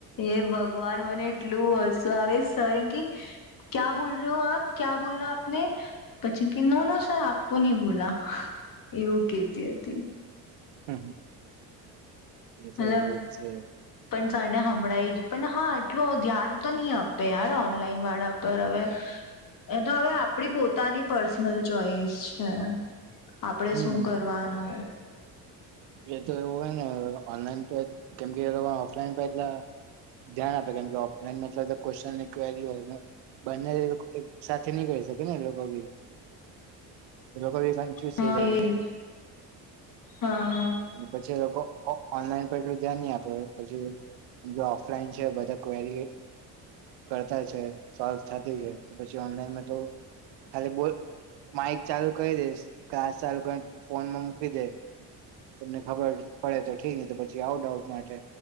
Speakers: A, on the left; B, on the right.
A: એ ભગવાન મને એટલું હસું આવે સર એન કે ક્યા બોલ રહ્યો આપ, ક્યા બોલા આપને પછી કે નો નો સર આપ નહી બોલા, એવું કેતી હતી.
B: હમ એ તો
A: મતલબ
B: એવું જ છે.
A: પણ સરને હમળાવી ગઈ પણ હા એટલું ધ્યાન તો નહી આપે યાર ઓનલાઈન વાળા પર હવે. એ તો હવે આપડી પોતાની. પર્સનલ ચોઈસ છે. આપડે
B: હમ
A: શું કરવાનું.
B: એ તો એવું હોય ને ઓનલાન કેમ ઓફલાઈન એટ ધ્યાન આપે કેમકે ઓફલાન્ રીય બને. સાથે નીકળી શકે ને એ લોકો ભી લોકો બી કન્ફ્યુઝ
A: હા
B: થઈ જાય.
A: એજ હા
B: પછી એ લોકો ઓનલાઈન. એટલું ધ્યાન નહી આપે પછી ઓફલાઈન છે બધા ક્રી કરતા છે સોવ થતી છે પછી ઓનલાઈન તો ખાલી માઇક ચાલુ કરી દેશ ક્લાસ ચાલુ કરી ફોનમાં મૂકી દે. તમને ખબર પડે તો ઠ ને તો પછી આઉટ આઉટ માટે.